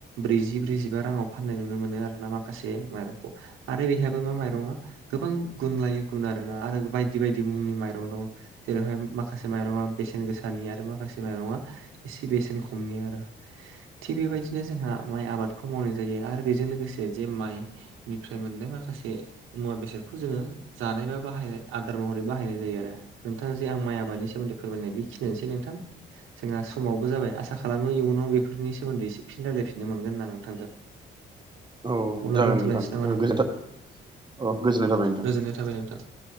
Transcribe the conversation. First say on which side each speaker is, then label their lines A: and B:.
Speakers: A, on the right; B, on the right.
A: ब्रैजि ब्रैजिबा राङाव फाननाय नुनो मोनो आरोना माखासे माइरंखौ आरो बेहायाबो मा माइरङा गोबां गुन लायै गुन आरोना आरो बायदि बायदि मुंनि माइरं दं। जेरैहाय माखासे माइरंआ बेसेन गोसा नि आरो माखासे माइरंआ एसे बेसेन खमनि आरो। थिग बेबायदिनो जोंहा माइ आबादखौ मावनाय जायो आरो बेजों लोगोसे जे माइ निफ्राय मोननाय माखासे मुवा बेसादखौ जोङो जानाय बा बाहायनाय आदार महरै बाहायनाय जायो आरो। नोंथां आं जे आं माइ आबादनि सोमोन्दै फोरमायनाय बेखिनियानोसै नोंथां। जोंहा समाबो जाबाय आसा खालामो इयुनाव बेफोरनि सोमोन्दै एसे फिन रायलायफिननो मोनगोन होन्ना नोंथांजों
B: औ
A: अब्ला
B: जागोन
A: दोनथ'लायनोसै
B: नोंथां
A: नामा
B: औ गोजोननाय थाबाय नोंथां।
A: गोजोननाय थाबाय नोंथां